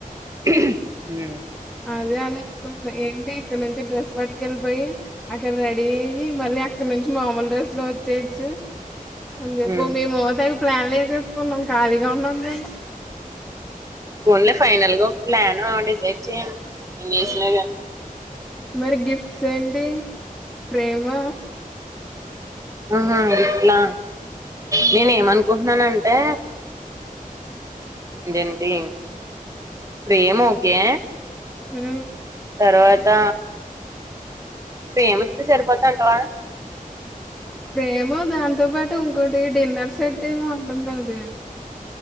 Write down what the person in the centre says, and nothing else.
అదే అదే అనుకుంది ఏంటి ఇక్కడ నుంచి డ్రెస్ పట్టుకెళ్ళిపోయి అక్కడ రెడీ అయ్యి మళ్ళ ఇక్కడ నుంచి మామూలు డ్రెస్ లో వచ్చేయెచ్చు అని
చెప్ మేమ్ హోటల్ ప్లాన్లు యేసేసుకున్నాం ఖాళీగా ఉన్నాం మేము
మరి గిఫ్ట్స్ ఏంటి ఫ్రేము
ఉమ్
ఉమ్
ఫ్రేము దాంతో పాటు ఇంకోటి డిన్నర్ సెట్ ఏమో అంటుంది అది